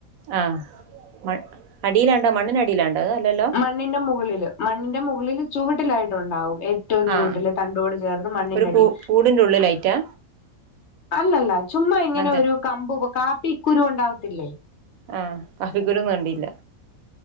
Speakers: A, on the right (about 80°); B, on the left (about 60°).
A: ആഹ് മണ് അടിയിലാണ്ടോ മണ്ണിനടിയിലാണ്ടോ അല്ലല്ലോ
B: മണ്ണിന്റെ മുകളിൽ മണ്ണിന്റെ മുകളിൽ ചുവട്ടിലായിട്ടുണ്ടാവും എ റ്റവും ചൂട്ടില്ലേ
A: ആഹ്
B: തണ്ടോട് ചേർന്ന് മണ്ണിന്റെ
A: ഒരു
B: അടിൽ
A: കൂ കൂടിന്റെ ഉള്ളിലായിറ്റാ
B: അല്ലല്ല ചുമ്മ ഇങ്ങനെ
A: അങ്ങൻ തന്നെ
B: ഒരു കമ്പു കാപ്പി കുരു ഉണ്ടാവത്തില്ലേ
A: ആഹ് കാഫിക്കുരും കണ്ടില്ല